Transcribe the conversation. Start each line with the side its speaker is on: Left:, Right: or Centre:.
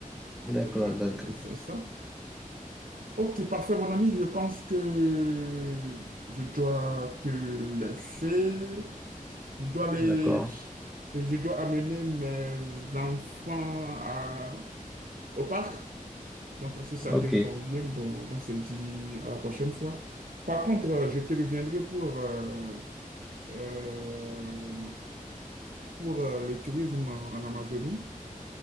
Centre: D'accord,
Right: euh,
Centre: d'accord.
Right: euh, c'est ça. Ok, parfait, mon ami. Je pense que je dois te laisser. Je dois les...
Centre: D'accord.
Right: Je dois amener mes enfants à- au parc. Donc, si ça
Centre: OK.
Right: te convient, bon, on se dit à la prochaine fois. Par contre, euh, je te reviendrai pour, euh, euh, pour euh, le tourisme en Amazonie.